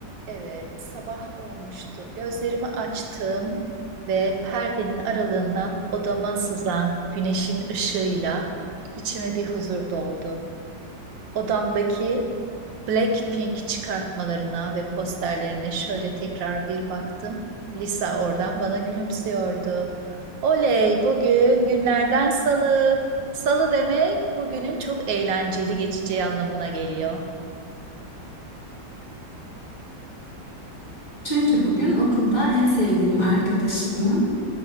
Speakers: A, on the right (about 75°); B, on the left (about 25°).
A: Evet, sabah olmuştu. Gözlerimi açtım ve perdenin aralığından odama sızan güneşin ışığıyla içime bir huzur doldu. Odamdaki Blackpink çıkartmalarına ve posterlerine şöyle tekrar bir baktım. Lisa oradan bana gülümsüyordu. Oley, bugün günlerden salı. Salı demek bugünün çok eğlenceli geçeceği anlamına geliyor.
B: Çünkü bugün okulda en sevdiğim arkadaşımın